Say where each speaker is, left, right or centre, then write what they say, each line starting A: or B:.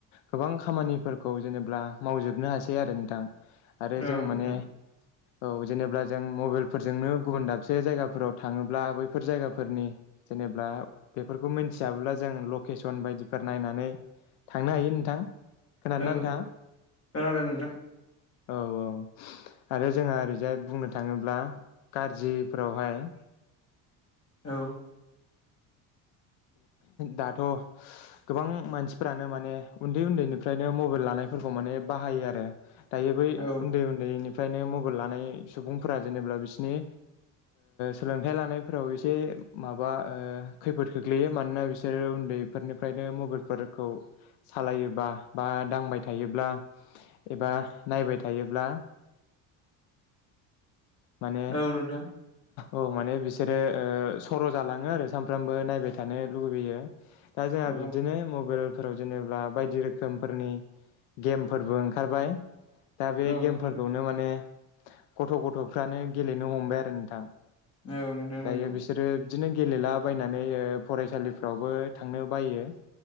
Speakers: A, on the left; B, on the left.
A: गोबां खामानिफोरखौ जेनेबा मावजोबनो हासै आरो नोंथां आरो
B: औ
A: जों
B: नोंथां।
A: माने औ जेनेबा जों मबाइलफोरजोंनो गुबुन दाबसे जायगाफोराव थाङोब्ला बैफोर जायगाफोरनि जेनेबा बेफोरखौ मिथियाब्ला जों लकेसन बायदिफोर नायनानै थांनो हायो नोंथां खोनादोंना
B: औ
A: नोंथाङा
B: खोनादों नोंथां।
A: औ औ आरो जोंहा ओरैजाय बुंनो थाङोब्ला गाज्रिफोरावहाय
B: औ
A: दाथ' गोबां मानसिफ्रानो माने उन्दै उन्दैनिफ्रायनो मबाइल लानायफोरखौ माने बाहायो आरो दायो बै
B: औ
A: उन्दै उन्दैनि फ्रायनो मबाइल लानाय सुबुंफोरा जेनेबा बिसनि सोलोंथाइ लानायफोराव एसे माबा ओ खैफोद खोख्लैयो मानोना बिसोरो उन्दैफोरनिफ्रायनो मबाइलफोरखौ सालायोबा बा दांबाय थायोब्ला एबा नायबाय थायोब्ला
B: <unintelligible>
A: माने
B: औ नोंथां
A: औ माने बिसोरो ओ सर' जालाङो आरो सानफ्रामबो नायबाय थानो लुुबैैयो। दा जोंहा
B: औ
A: बिबदिनो मबाइल फोराव जेनेबि बायदि रोखोमफोरनि गेमफोरबो ओंखारबाय। दा बे
B: औ
A: गेमफोरखौनो
B: नोंथां
A: माने गथ' गथ'फ्रानो गेलेनो हमबाय आरो नोंथां
B: औ नोंथां नंगौ
A: दायो बिसोरो बिदिनो गेलेलाबायनानै ओ फरायसालिफ्रावबो थांनो बायो।